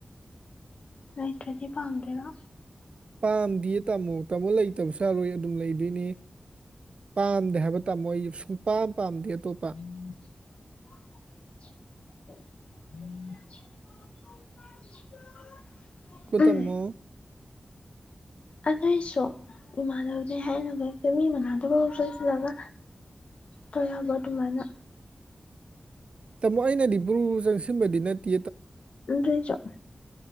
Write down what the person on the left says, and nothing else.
ꯂꯩꯇ꯭ꯔꯥꯗꯤ ꯄꯥꯝꯗꯣꯏꯔꯣ
<inaudible> <inaudible>
ꯎꯝ
ꯑꯗꯨꯏꯁꯨ ꯏꯃꯥꯟꯅꯕꯗꯤ ꯍꯥꯏꯅꯒ ꯃꯤ ꯃꯥꯟꯅꯗꯕꯕꯨꯥꯎ ꯁꯣꯏꯁꯤꯜꯂꯒ ꯇꯔꯕ ꯑꯗꯨꯃꯥꯏꯅ
ꯑꯗꯨꯏꯖꯨ